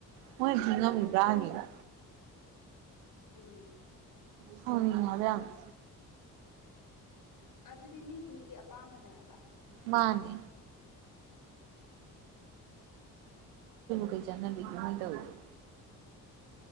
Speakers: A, on the right; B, on the left.
A: ꯃꯣꯏꯅꯗꯤ
B: ꯎꯝ
A: ꯉꯝꯃꯤꯕ ꯅꯤꯗ
B: ꯑꯗꯨꯅꯦ
A: ꯁꯥꯎꯉꯤꯡꯌꯦꯕ ꯌꯥꯝꯅ
B: ꯑꯗꯨꯗꯤ ꯃꯤꯒꯤ ꯃꯤꯒꯤ ꯑꯄꯥꯝꯕꯅꯦ ꯍꯥꯏꯕ
A: ꯃꯥꯅꯦ ꯀꯩ ꯆꯠꯅꯕꯤꯅꯣ ꯃꯣꯢ ꯇꯧꯔꯤꯁꯦ